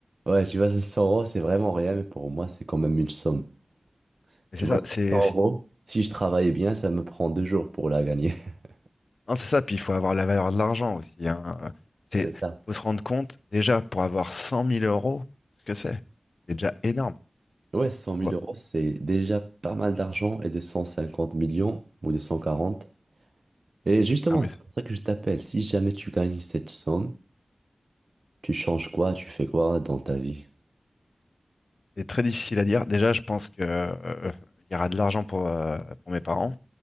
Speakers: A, on the right; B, on the left.
A: Ouais, tu vois, 500 euros, c'est vraiment rien, mais pour moi, c'est quand même une somme.
B: Mais
A: Tu
B: c'est
A: vois,
B: ça,
A: 500
B: c'est si-
A: euros, si je travaille bien, ça me prend deux jours pour la gagner. <laughs>
B: non, c'est ça, puis il faut avoir la valeur de l'argent aussi. Hein. Euh, C'est,
A: C'est ça.
B: faut se rendre compte, déjà, pour avoir 100 000 euros, ce que c'est. C'est déjà énorme,
A: Ouais, cent mille
B: tu vois.
A: euros, c'est déjà pas mal d'argent et de 150 millions ou de 140. Et justement,
B: Non, mais
A: c'est pour ça que je t'appelle. Si jamais tu gagnes cette somme, tu changes quoi, tu fais quoi dans ta vie?
B: c'est très difficile à dire. Déjà, je pense que, euh, il y aura de l'argent pour, euh, pour mes parents,